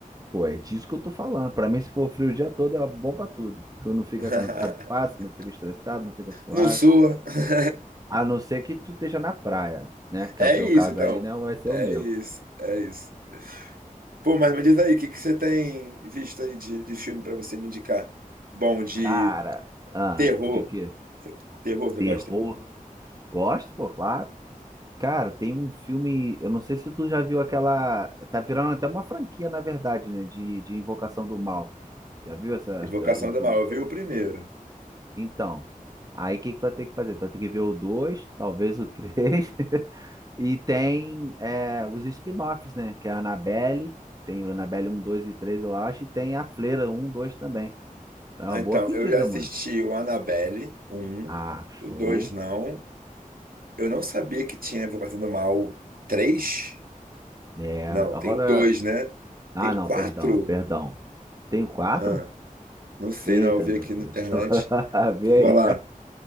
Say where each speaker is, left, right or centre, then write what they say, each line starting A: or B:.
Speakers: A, on the right (about 25°); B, on the right (about 80°).
A: Pô, é disso que eu tô falando. Pra mim, se for frio o dia todo, é bom pra tudo. Tu não fica
B: <laughs>
A: cansado fácil, não fica estressado, não fica suado.
B: Não sua. <laughs>
A: A não ser que tu esteja na praia, né? Que
B: É
A: é o teu
B: isso,
A: caso
B: É então.
A: aí, não vai ser
B: É
A: o meu.
B: isso, é isso. Pô, mas me diz aí, o que que você tem visto aí de, de filme pra você me indicar? Bom, de
A: Cara, ah,
B: terror.
A: de quê?
B: Terror, você
A: Terror.
B: gosta de terror?
A: Gosto, pô, claro. Cara, tem um filme, eu não sei se tu já viu aquela. Tá virando até uma franquia, na verdade, né? De, de Invocação do Mal. Já viu essa,
B: Invocação
A: essa- um
B: do
A: filme
B: Mal, eu
A: desse?
B: vi o primeiro.
A: Então, aí o que que tu vai ter que fazer? Tu vai ter que ver o 2, talvez o 3. <laughs> E tem é, os spin-offs, né? Que é a Annabelle, tem a Annabelle 1, 2 e 3 eu acho, e tem a Fleira um 2 também. É uma
B: Ah, Então,
A: boa pedida,
B: eu já assisti
A: mano.
B: o Annabelle, o 1,
A: Ah, show.
B: o 2 não. Eu não sabia que tinha Invocação do Mal Três
A: É,
B: Não,
A: agora.
B: tem o 2, né?
A: Ah,
B: Tem o
A: não,
B: 4.
A: perdão, perdão. Tem o 4?
B: Ah, não sei,
A: Eita,
B: não, eu vi
A: meu
B: aqui na
A: Deus.
B: internet.
A: <laughs> Agora vê
B: Vou
A: aí.
B: lá.